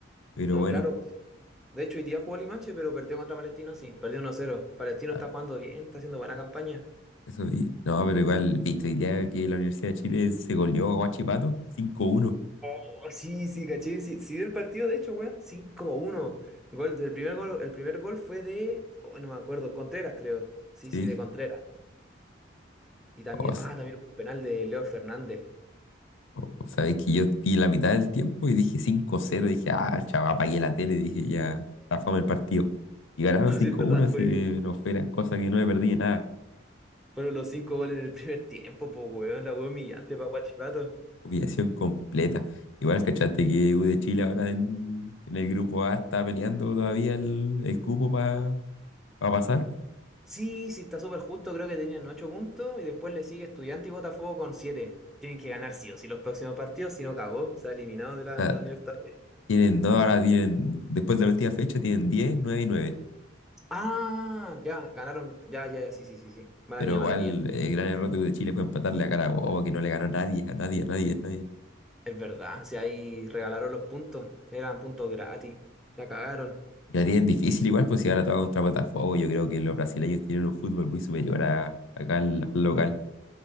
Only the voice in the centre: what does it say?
No,
claro, pues, De hecho, hoy día jugó Limache, pero perdió contra Palestino, sí, perdió uno cero Palestino
está jugando bien, está haciendo buena campaña.
Oh, sí, sí, caché. Sí, sí vi el partido, de hecho, weón. cinco uno Gol, el primer gol, el primer gol fue de. oh, no me acuerdo. Contreras, creo. Sí,
sí, de Contreras. Y también.
Ah, también hubo un penal de Leo Fernández. <laughs>
No
sé, ¿verdad?
Fue,
fueron los cinco goles en el primer tiempo, pues, weón. La weón humillante para Guachipato.
Sí, sí, está súper justo. Creo que tenían 8 puntos. Y después le sigue Estudiante y Botafogo con siete Tienen que ganar sí o sí los próximos partidos. Si no, cagó. Se ha eliminado de la
Libertadores.
Ah, ya, ganaron. Ya, ya, ya, sí, sí, sí, sí. Mala
mía,
mala mía.
Es verdad, si ahí regalaron los puntos, eran puntos gratis, la cagaron.